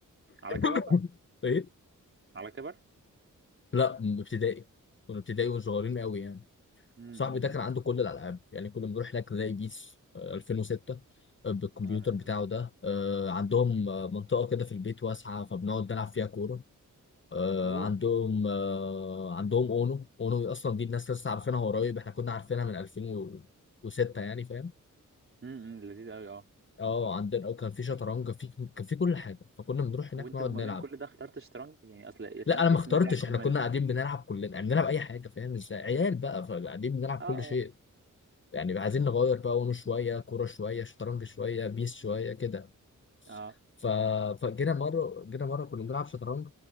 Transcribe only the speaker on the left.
<laughs>
ايه
لا من ابتدائي كنا ابتدائي وصغيرين قوي يعني
صاحبي
ده كان عنده كل الالعاب يعني كنا بنروح هناك نلاقي بيس آه، 2006 آه، بالكمبيوتر
بتاعه ده آه، عندهم آه، منطقه كده في البيت واسعه فبنقعد نلعب فيها كوره آه،
عندهم آه، عندهم اونو اونو اصلا دي الناس لسه عارفينها قريب احنا كنا عارفينها من 2006 يعني فاهم
اه عندنا آه، كان في شطرنج في كان في كل حاجه فكنا بنروح هناك
نقعد
نلعب
لا
انا ما اخترتش
احنا
كنا قاعدين بنلعب كلنا يعني بنلعب اي حاجه فاهم ازاي عيال بقى فقاعدين بنلعب
كل شيء يعني عايزين نغير بقى ونه شويه كوره شويه شطرنج شويه بيس شويه كده
ف... فجينا مره جينا مره كنا بنلعب شطرنج